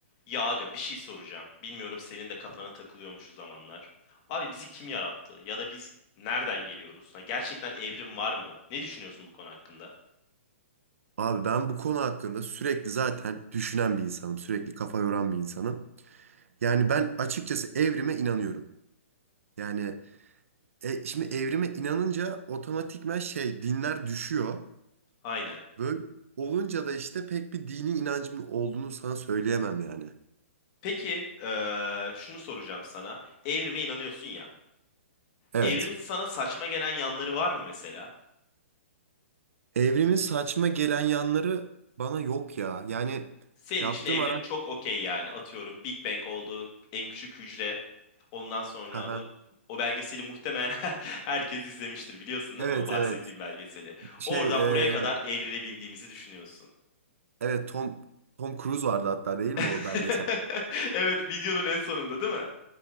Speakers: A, on the left; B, on the right.
A: Ya aga bir şey soracağım. Bilmiyorum senin de kafana takılıyormuş o zamanlar. Abi bizi kim yarattı? Ya da biz nereden geliyoruz? Ha, gerçekten evrim var mı? Ne düşünüyorsun bu konu hakkında?
B: Abi ben bu konu hakkında sürekli zaten düşünen bir insanım. Sürekli kafa yoran bir insanım. Yani ben açıkçası evrime inanıyorum. Yani e, şimdi evrime inanınca otomatikman şey dinler düşüyor.
A: Aynen.
B: Böyle olunca da işte pek bir dini inancımın olduğunu sana söyleyemem yani.
A: Peki eee, şunu soracağım sana. Evrime inanıyorsun ya.
B: Evet.
A: Evrimin sana saçma gelen yanları var mı mesela?
B: Evrimin saçma gelen yanları bana yok ya. Yani
A: Senin
B: yaptığım
A: için evrim
B: ara...
A: çok okey yani. Atıyorum Big Bang oldu, en küçük hücre. Ondan sonra
B: Haha.
A: o o belgeseli muhtemelen <laughs> herkes izlemiştir biliyorsun değil
B: Evet
A: mi? o Bahsettiğim
B: evet.
A: belgeseli.
B: Şey
A: Oradan buraya kadar
B: e,
A: evrilebildiğimizi düşünüyorsun.
B: evet Tom Tom Cruise vardı hatta değil mi
A: <laughs>
B: o belgesel?
A: Evet, videonun en sonunda değil mi?